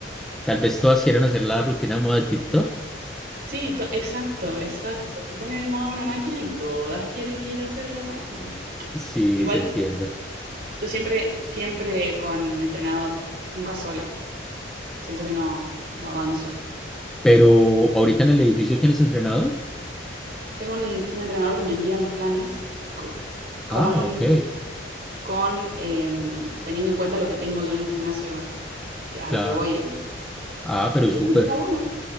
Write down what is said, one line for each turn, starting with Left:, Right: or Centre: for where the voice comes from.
Centre: tal vez todas quieran hacer la rutina de moda de TikTok.
Right: Sí, to- exacto, exacto. Se pone de moda una máquina y todas quieren ir a hacer la máquina.
Centre: Sí,
Right: Igual
Centre: te entiendo.
Right: Yo siempre, siempre con entrenador, nunca sola. Siento que no, no avanzo.
Centre: Pero ahorita en el edificio tienes entrenador.
Right: Tengo un, un entrenador que me envía mis planes co- con,
Centre: Ah, ok,
Right: con em, teniendo en cuenta lo que tengo yo en el gimnasio que, al
Centre: claro.
Right: que voy, digamos.
Centre: Ah, pero
Right: Entonces
Centre: súper.
Right: está bueno.